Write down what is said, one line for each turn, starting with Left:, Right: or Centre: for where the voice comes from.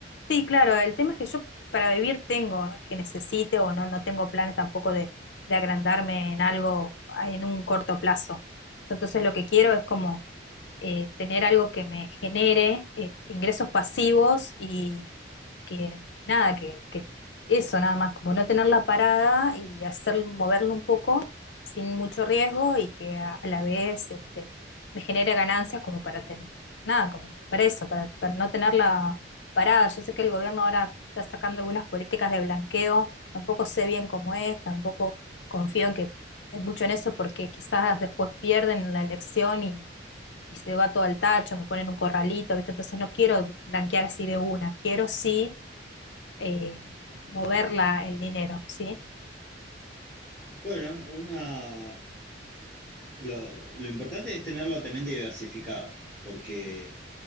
Left: Sí, claro, el tema es que yo para vivir tengo, no es que necesite o no, no tengo planes tampoco de, de agrandarme en algo en un corto plazo. Yo entonces lo que quiero es como eh, tener algo que me genere eh, ingresos pasivos y, y que nada, que, que eso nada más, como no tener la parada y hacer moverlo un poco sin mucho riesgo y que a, a la vez este, me genere ganancias como para tener, nada, como para eso, para, para no tener la parada. Yo sé que el gobierno ahora está sacando algunas políticas de blanqueo, tampoco sé bien cómo es, tampoco confío en que en mucho en eso porque quizás después pierden en la elección y y se va todo al tacho, me ponen un corralito, ¿viste? Entonces no quiero blanquear así de una, quiero sí eh, moverla el dinero, ¿sí?
Centre: Bueno, una, Lo, lo importante es tenerlo también diversificado, porque,